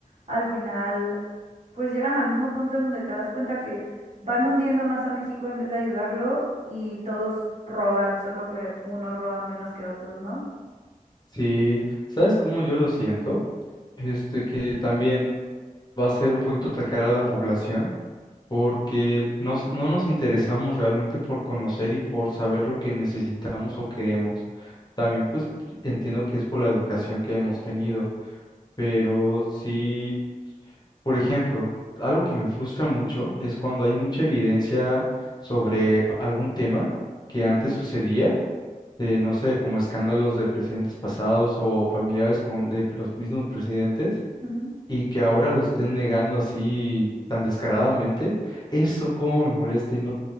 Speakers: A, on the right; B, on the left.
A: al final, pues llegan al mismo punto en donde te das cuenta que van hundiendo más a México en vez de ayudarlo y todos roban, solo que unos roban menos que otros, ¿no?
B: Sí, ¿sabes cómo yo lo siento? Este que también va a ser un poquito atacar a la población porque nos- no nos interesamos realmente por conocer y por saber lo que necesitamos o queremos. También pues entiendo que es por la educación que hemos tenido, pero sí, por ejemplo, algo que me frustra mucho es cuando hay mucha evidencia sobre algún tema que antes
A: Ujú,
B: sucedía de, no sé, como escándalos de presidentes pasados o familiares con, de los mismos presidentes
A: ujú.
B: y que ahora lo estén negando así tan descaradamente, eso cómo me molesta y no